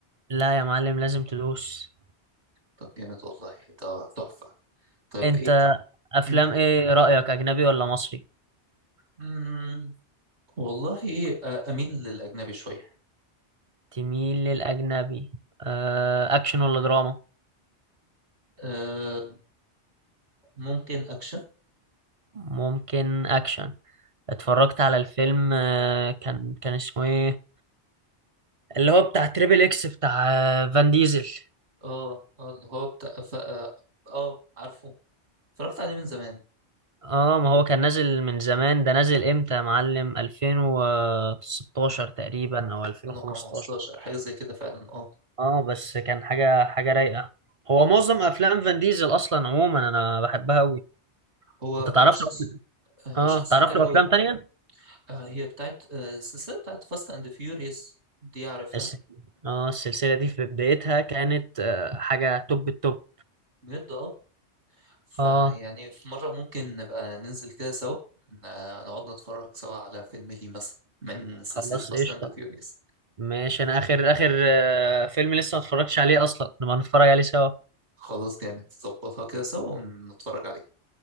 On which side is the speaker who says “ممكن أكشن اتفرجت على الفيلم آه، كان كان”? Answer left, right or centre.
Right